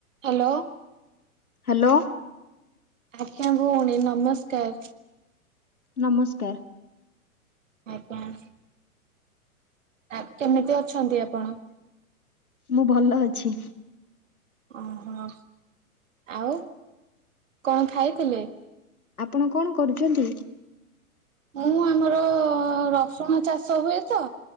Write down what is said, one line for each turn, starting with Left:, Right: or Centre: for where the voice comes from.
Right: ହାଲୋ।
Left: ହାଲୋ।
Right: ଆଜ୍ଞା ଭଉଣୀ ନମସ୍କାର।
Left: ନମସ୍କାର।
Right: ଆଉ କଣ। ଆପ୍ କେମିତି ଅଛନ୍ତି ଆପଣ?
Left: ମୁଁ ଭଲ ଅଛି।
Right: ଓ ହୋ ଆଉ କଁ ଖାଇଥିଲେ?
Left: ଆପଣ କଣ କରୁଛନ୍ତି?
Right: ମୁଁ ଆମର ରସୁଣ ଚାଷ ହୁଏ ତ।